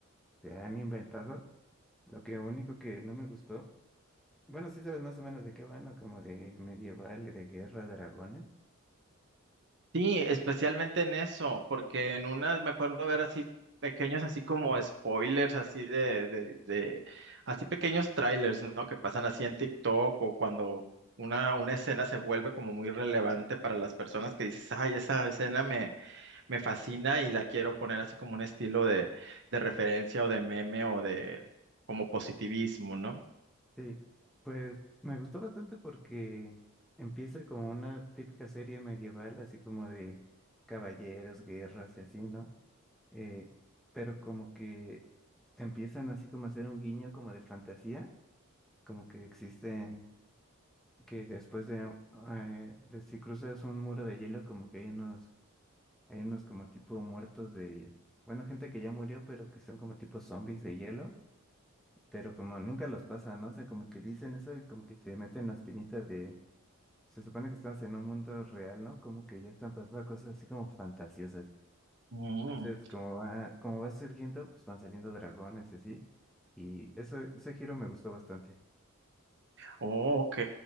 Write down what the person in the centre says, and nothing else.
se han inventado. Lo que único que no me gustó, bueno, sí sabes más o menos de qué van, ¿no? Como de medieval, de guerra, dragones.
Sí, pues me gustó bastante porque empieza como una típica serie medieval, así como de caballeros, guerras y así, ¿no? Eh, pero como que te empiezan así como a hacer un guiño como de fantasía, como que existen, que después de, eh, de si cruzas un muro de hielo, como que hay unos, hay unos como tipo muertos de, bueno, gente que ya murió, pero que son como tipo zombies de hielo pero como nunca los pasa, ¿no? O sea, como que dicen eso y como que te meten la espinita de, se supone que estás en un mundo real, ¿no? Como que ya están pasando cosas así como fantasiosas.
Entonces, como va, como va surgiendo, pues van saliendo dragones y así. Y eso, ese giro me gustó bastante.